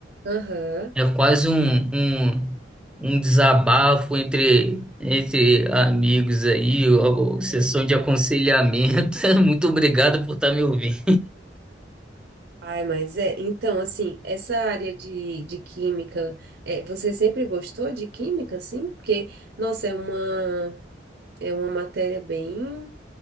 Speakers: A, on the right; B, in the centre.
A: Aham,
B: é quase um, um, um desabafo entre, entre amigos aí, ou, ou sessão
A: é verdade.
B: de aconselhamento. <laughs> Muito obrigado por estar me ouvindo.
A: Ai, mas é, então, assim, essa área de, de química, é, você sempre gostou de química, assim? Porque, nossa, é uma, é uma matéria bem,